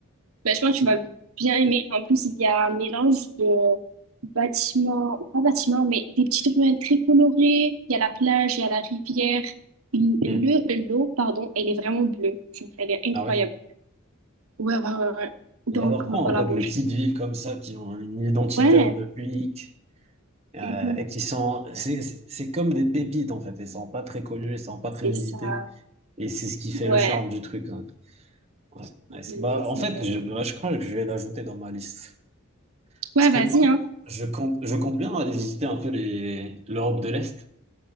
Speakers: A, on the right; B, on the right.
A: bah, je pense que tu vas bien aimer. En plus, il y a un mélange de bâtiments, pas bâtiments, mais des petites ruelles très colorées. Il y a la plage, il y a la rivière. L- Le,
B: Hmm.
A: l'eau, pardon, elle est vraiment bleue. Genre, elle est incroyable.
B: Ah ouais?
A: Ouais, ouais, ouais, ouais. Donc,
B: J'adore prendre
A: euh, voilà,
B: en fait
A: bon,
B: les
A: je...
B: petites villes comme ça qui ont une identité
A: Ouais,
B: un peu unique euh,
A: mhm,
B: et qui sont, c'est c'est- c'est comme des pépites en fait. Elles sont pas très connues, elles sont pas
A: c'est
B: très visitées
A: ça.
B: et c'est ce qui fait
A: Ouais,
B: le charme du truc. hein. Ouais. Ouais, c'est-
A: mhm,
B: bah,
A: c'est
B: en fait,
A: vrai.
B: je, bah, je crois que je vais l'ajouter dans ma liste
A: Ouais,
B: parce que
A: vas-y,
B: moi,
A: hein.
B: je compte, je compte bien aller visiter un peu les l'Europe de l'Est.